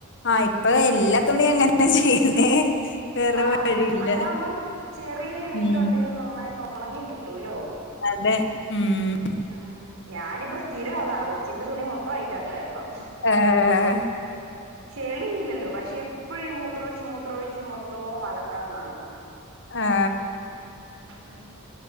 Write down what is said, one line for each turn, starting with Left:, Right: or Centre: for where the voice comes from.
Left: ആഹ് ഇപ്പൊ എല്ലാ തുണിയും അങ്ങനന്നെ ചെയ്യുന്നേ വേറെ
Right: ആഹ്
Left: വഴിയില്ല
Right: അതാവുമ്പം ചെറിയൊരു വെയിലുണ്ടേലും
Left: ഉം
Right: നന്നായിട്ട് ഉണങ്ങി കിട്ടൂല്ലോ
Left: അതെ ഉം
Right: ആഹ് ഞാനിപ്പ സ്ഥിരം അതാ കൊച്ചിന്റെ തുണി മൊത്തം അയിന്റെ അകത്താ ഇപ്പം
Left: ഏഹ്
Right: ചെളിയില്ലല്ലോ പക്ഷെ എപ്പഴീ മൂത്ര ഒഴിച്ച് മൂത്ര ഒഴിച്ച് മൊത്തവും അലക്കാൻ കാണും
Left: ആ
Right: ആഹ്